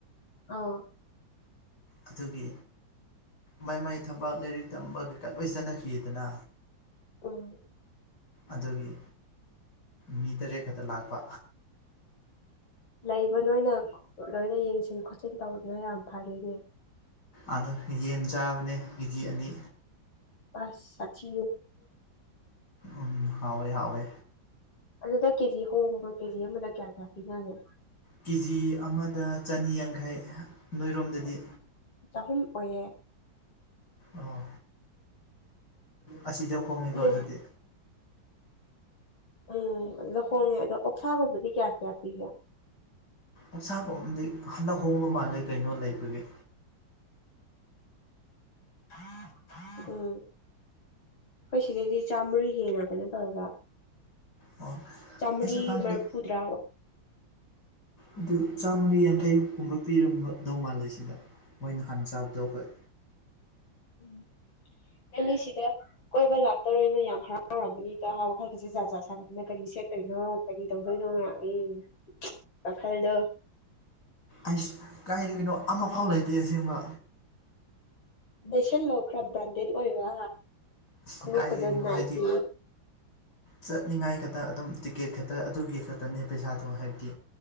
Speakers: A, on the left; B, on the left.
A: ꯑꯥ
B: ꯑꯗꯨꯒꯤ ꯃꯥꯏ ꯃꯥꯏ ꯊꯕꯥꯛ ꯂꯥꯏꯔꯤꯛ ꯇꯝꯕꯒ ꯀ ꯂꯣꯏ ꯆꯠꯅꯈꯤꯗꯅ
A: ꯑꯥ
B: ꯑꯗꯨꯒꯤ ꯃꯤ ꯇꯔꯦꯠ ꯈꯛꯇ ꯂꯥꯛꯄ
A: ꯂꯩꯕ ꯅꯣꯏꯅ ꯂꯣꯏꯅ ꯌꯦꯡꯁꯤꯟ ꯈꯣꯠꯆꯤꯟ ꯇꯧꯕꯗꯅ ꯌꯥꯝ ꯐꯔꯅꯦ
B: ꯑꯗꯣ ꯌꯦꯟ ꯆꯥꯕꯅꯦ ꯀꯦꯖꯤ ꯑꯅꯤ
A: ꯑꯁ ꯆꯆꯤ
B: ꯎꯝ ꯍꯥꯎꯋꯦ ꯍꯥꯎꯋꯦ
A: ꯑꯗꯨꯗ ꯀꯦꯖꯤ ꯍꯣꯡꯕ꯭ꯔꯣ ꯀꯦꯖꯤ ꯑꯃꯗ ꯀꯌꯥ ꯀꯌꯥ ꯄꯤꯅꯒꯦ
B: ꯀꯦꯖꯤ ꯑꯃꯗ ꯆꯅꯤꯌꯥꯡꯈꯩ ꯅꯣꯏꯔꯣꯝꯗꯗꯤ
A: ꯑꯣ ꯆꯍꯨꯝ ꯑꯣꯏꯌꯦ
B: ꯑꯣ ꯑꯁꯤꯗꯤ ꯍꯣꯡꯉꯤꯀꯣ
A: ꯑꯗꯨ
B: ꯑꯗꯨꯗꯤ
A: ꯎꯝ ꯑꯗꯨ ꯂꯍꯣꯡꯉꯦ ꯑꯗꯣ ꯑꯣꯛꯁꯥꯒꯨꯝꯕꯗꯤ ꯀꯌꯥ ꯀꯌꯥ ꯄꯤꯒꯦ
B: ꯑꯛꯆꯥꯡꯒ ꯑꯃꯗꯤꯗꯤ ꯍꯟꯗꯛ ꯍꯣꯡꯕ ꯃꯥꯜꯂꯦ ꯀꯩꯅꯣ ꯂꯩꯕꯒꯤꯦ
A: ꯊꯥ ꯊꯥ ꯍꯈꯣꯏ ꯁꯤꯗꯩꯗꯤ ꯆꯥꯝꯃꯔꯤ ꯍꯦꯟꯅ ꯀꯩꯅꯣ ꯇꯧꯔꯒ
B: ꯑꯣ
A: ꯆꯥꯝꯃꯔꯤ
B: ꯑꯩꯁꯨ ꯈꯪꯗꯦ
A: ꯃꯔꯐꯨꯗ꯭ꯔꯥ
B: ꯑꯗꯨ ꯆ ꯃꯨꯔꯤ ꯩꯒꯨꯝꯕ ꯄꯤꯔꯝꯒꯗꯧ ꯃꯥꯜꯜꯂꯤꯁꯤꯗ ꯃꯣꯏꯅ ꯍꯥꯟ ꯆꯥꯕꯗꯣ ꯑꯩꯈꯣꯏ
A: ꯎ ꯑꯦꯪꯅꯤꯁꯤꯗ ꯀꯣꯏꯕ ꯂꯥꯛꯇꯣꯔꯔꯣꯏꯅ ꯌꯥꯝ ꯍꯔꯥꯎ ꯥꯎꯔꯔꯕꯅꯤꯗ ꯋꯥꯈꯜ ꯈꯠꯁꯤ ꯖꯠ ꯖꯥ ꯁꯥꯒꯗꯅ ꯀꯔꯤ ꯁꯦꯠꯇꯣꯏꯅꯣ ꯀꯔꯤ ꯇꯧꯗꯣꯏꯅꯣ ꯉ ꯎꯝ ꯀꯈꯜꯗꯣ
B: ꯑꯩꯁ ꯀꯥꯏꯗꯗꯒꯤꯅꯣ ꯑꯃꯐꯥꯎ ꯂꯩꯇꯦ ꯑꯁꯦꯡꯕ
A: ꯂꯩꯁꯟꯂꯣ ꯈꯔ ꯕ꯭ꯔꯥꯟꯗꯦꯠ ꯑꯣꯏꯕ
B: ꯑꯁ
A: ꯈꯣꯛ
B: ꯀꯥꯏꯗꯒꯤꯅꯣ
A: ꯀꯗꯏꯀꯤꯦ
B: ꯍꯥꯏꯗꯤ ꯆꯠꯅꯤꯡꯉꯥꯏ ꯈꯛꯇ ꯑꯗꯨꯝ ꯇꯤꯛꯀꯦꯠ ꯈꯛꯇ ꯑꯗꯨꯒꯤ ꯈꯛꯇꯅꯦ ꯄꯩꯁꯥꯗꯣ ꯍꯥꯏꯕꯗꯤ